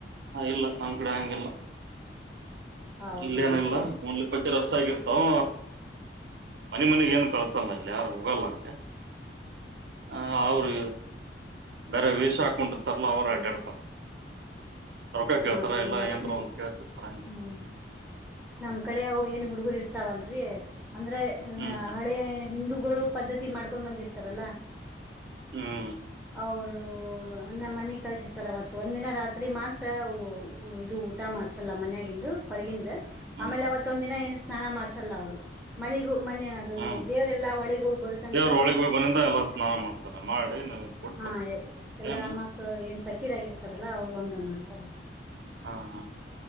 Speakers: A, on the right; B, in the centre.
A: ಹ ಇಲ್ಲ ನಮ್ ಕಡೆ ಹಂಗಿಲ್ಲ
B: ಹೌದನ್ರಿ
A: ಇಲ್ಲೇಏನ ಇಲ್ಲ ಒಂದಲಿ ಪಕ್ಕಿ ರಸ್ ಆಗಿರ್ತಾವ ಮನೆ ಮನೆಗ್ ಏನು ಕಳ್ಸಲ್ಲ ಇಲ್ಲ ಯಾರು ಹೋಗಲ್ಲ ಹಂಗೆ ಹಾ ಅವರು ಬೇರೆ ವೀಷ ಹಾಕೊಂಡಿತರ್ಲ್ಲ ಅವ್ರ ಕೆಡ್ತದ ರರೊಕ ಕೇಳ್ತಾರ
B: ಹಾ ಇಲ್ಲರಿ
A: ಎಲ್ಲ ಏನ್
B: ನ
A: ಒಂದ್ ಕೇಳ್ತಿರ್ತಾರ ಹಂಗ
B: ಹ್ಮ್ ನಮ್ ಕಡೆ ಅವು ಏನು ಹುಡುಗರು ಇರ್ತಾವಲ್ರರಿ ಅಂದ್ರೆ
A: ಹ್ಮ್ ಹ್ಮ್
B: ಹಳೆ ಹಿಂದೂಗಳು ಪದ್ಧತಿ ಮಾಡ್ಕೊಂಡ್ ಬಂದಿರ್ತಾರಲ್ಲ
A: ಹ್ಮ್
B: ಅವರು ನಮ್ಮ ಮನೆಿ ಕಳ್ಸಿರ್ತಾರ ಅವತ್ತು ಒಂದ ದಿನ ರಾತ್ರಿ ಮಾತ್ರ ಇದು ಊಟ ಮಾಡಸಲ್ಲ ಮನ್ಯಾಗಿಂದು ಹೊರಗಿಂದ
A: ಹ್ಮ್
B: ಆಮೇಲೆ
A: ಹ್ಮ್
B: ಅವತ್ತೊಂದ ದಿನ ಏನ ಸ್ನಾನ ಮಾಡ್ಸಲ್ಲ ಅವರು ಮಳೆಗೆ ಮನ ಅದು
A: ಹ್ಮ್
B: ದೇವರೆಲ್ಲಾ ಹೊಳಿಗ ಹೋಗ್ ಬರುತ್ತನ್ಕಾನು
A: ದೇವ್ರ ಒಳಗ್ ಹೋಗಿ ಬಂದಿಂದ ಎಲ್ಲಾ ಸ್ನಾನ ಮಾಡ್ತಾರ ಮಾಡಿ ನೈವೇದ್ಯ ಕೊಟ್ಟು
B: ಹ
A: ಬರ್ತಾರ
B: ಎಲ್ಲಾ
A: ಸೇಮ್
B: ಮಕ್ಕಳು ಏ ಬಕೀ ಆಗಿ <unintelligible> ಡಲ್ಲ ಅವ್ರು ಹಂಗ ಮಾಡ್ತಾರೆ ತಾವ
A: ಹ್ಮ